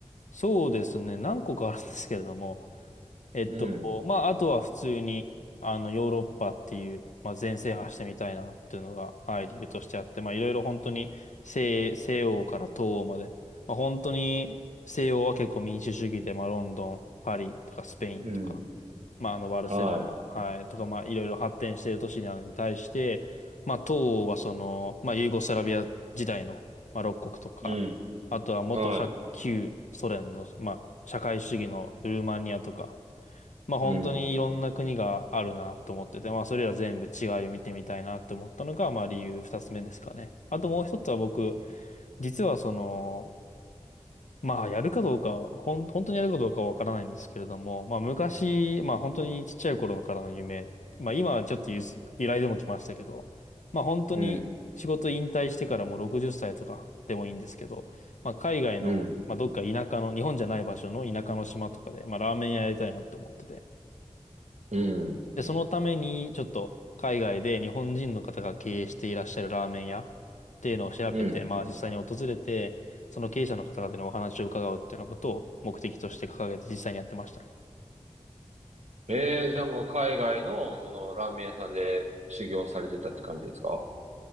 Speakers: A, on the left; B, on the right.
A: そうですね。何個かあるんですけれども、えっと、
B: い。うん、
A: まあ、あとは普通に、あの、ヨーロッパっていう、まあ、全制覇してみたいなっていうのが、はい、理由としてあって、まあ、いろいろ本当に西、西欧から東欧まで、まあ、本当に西欧は結構民主主義で、まあ、ロンドン、パリとかスペインとか、
B: うん、
A: まあ、あの、バルセロナ、
B: は
A: はい、とか、まあ、いろいろ発展している都市なのに対して、まあ、東欧はその、まあ、ユーゴスラビア時代の、まあ、6国とか、
B: い。うん、
A: あとは元社旧ソ連の、
B: は
A: まあ、社会主義のルーマニアとか、まあ本当にいろんな国があるなと思ってて、
B: い。うん、
A: まあそれら全部違いを見てみたいなと思ったのが、まあ理由二つ目ですかね。あともう一つは僕、実はその、まあやるかどうか、ほん、本当にやるかどうかはわからないんですけれども、まあ昔、まあ本当にちっちゃい頃からの夢、まあ今はちょっとゆす依頼でも来ましたけど、まあ本当に仕事引退してからもう60歳とかでもいいんですけど、
B: うん、
A: まあ海外の、
B: うん、
A: まあどっか田舎の、日本じゃない場所の田舎の島とかで、まあラーメン屋やりたいなって思ってて、
B: うん、
A: で、そのために、ちょっと海外で日本人の方が経営していらっしゃるラーメン屋っていうのを調べて、
B: うん。
A: まあ実際に訪れて、その経営者の方々にお話を伺うっていうようなことを目的として掲げて実際にやってましたね。
B: ええ、じゃあもう海外のそのラーメン屋さんで修行されてたって感じですか